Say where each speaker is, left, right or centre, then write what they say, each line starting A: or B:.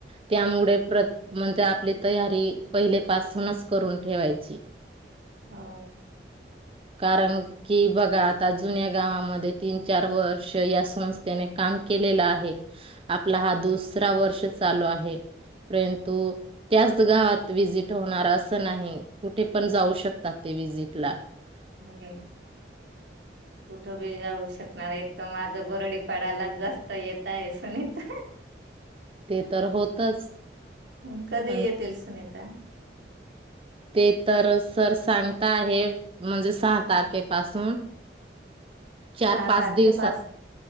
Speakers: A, on the right; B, on the right.
A: त्यामुळे म्हणजे आपली तयारी पहिले पाासूनच करून ठेवायची.
B: हा.
A: कारण कि बघा आता जुन्या गावामध्ये तीन चार वर्ष या संस्थेने काम केलेलं आहे. आपला हा दुसरा वर्ष चालू आहे. परंतु त्याच गावात विजिट होणार असं नाही. कुठे पण जाऊ शकतात ते विजिट ला.
B: हम्म कुठं बी जाऊ शकणार एक तर माझं बरडीपाडाला जास्त येत काय सुनीता
A: ते तर होतच
B: हम कधी
A: पण
B: येतिल सुनीता.
A: ते तर सर सांगता आहे म्हणजे सहा तारखेपासून चार
B: सहा
A: पाच
B: तारखे
A: दिवसात
B: पाच